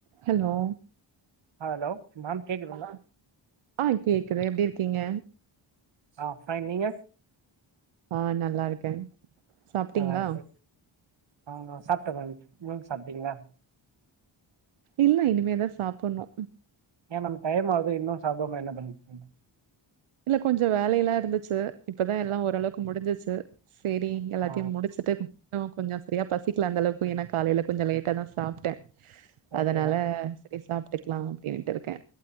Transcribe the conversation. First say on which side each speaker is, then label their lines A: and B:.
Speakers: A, on the right; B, on the right.
A: Hello
B: அ hello ma'am கேகு
A: இப்ப மேம் ஆ கேக்குது எப்டி இருக்கீங்க
B: ஆ பைன் நீங்க
A: ஆ நல்லாருக்கே சாப்டிங்ளா
B: நல்லா இருக்கு ஆ நா சாப்ட மேம் நீங்க சாப்டிங்ளா
A: இல்ல இனிமேதா சாப்புண்ணு
B: ஏ மேம் டைம்மாகுது இன்னு சாப்டாம என்ன பண்ணிட்ருக்கீங்க
A: இல்ல கொஞ்சொ வேலை எல்லா இருந்துச்சு இப்பதா எல்லா ஓரளவுக்கு முடிஞ்சுச்சு செரி எல்லாத்தையு
B: ஆ
A: முடிச்சுட்டு நமக் கொஞ்சொ செரியா பசிக்ல அந்த அளவுக்கு ஏனா காலேல கொஞ்சோ லேட்டாதா சாப்ட்ட அதனால
B: ஓகே மேம்
A: செரி சாப்ட்டுக்லா அப்டின்னுட்டு இருக்கே